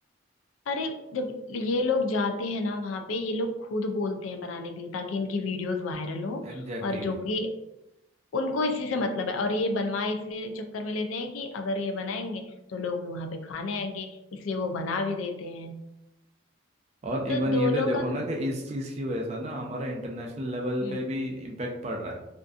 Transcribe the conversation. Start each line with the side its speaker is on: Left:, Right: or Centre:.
Left: अरे जब ये लोग जाते हैं ना वहां पे ये लोग खुद बोलते हैं बनाने के लिए ताकि इनकी वीडियोस वायरल हो
Right: एग्जैक्टली
Left: और जो कि उनको इसी से मतलब है और ये बनवाए इसलिए चक्कर में लेते हैं कि अगर ये बनाएंगे तो लोग भी वहां पे खाने आएंगे इसलिए वो बना भी देते हैं
Right: और इवन
Left: तो दोनों
Right: ये भी तो देखो
Left: का
Right: ना कि इस चीज़ की वजह से ना हमारा इंटरनेशनल लेवल
Left: हम्म,
Right: पे भी इम्पैक्ट पड़ रहा है